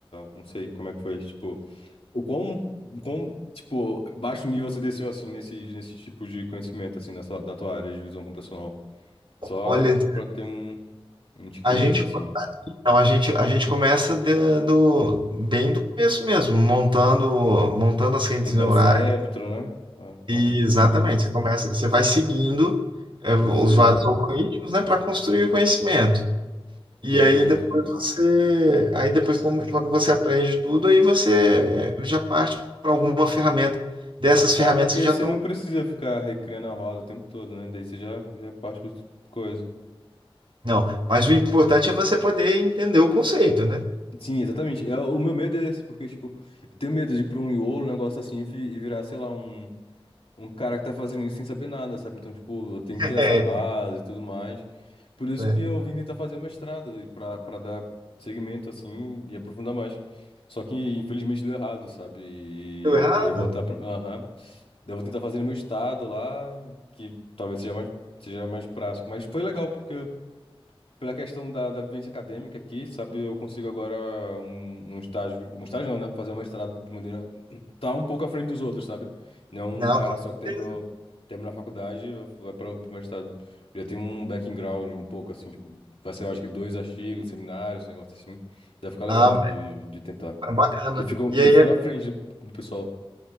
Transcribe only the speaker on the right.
Olha,
a gente
Então a gente, a gente começa de- do, bem do começo mesmo, montando, montando as redes
neurais
e
exatamente,
você começa, você vai seguindo é, os
vários algoritmos, né, para construir o conhecimento. E
aí depois você, aí depois quando quando você aprende tudo, aí você é, já parte para alguma ferramenta dessas ferramentas
que já
estão.
Não, mas o importante é você poder entender o conceito, né?
<laughs>
É, né?
Deu errado?
Não,
com certeza.
Ah,
é bacana.
E
aí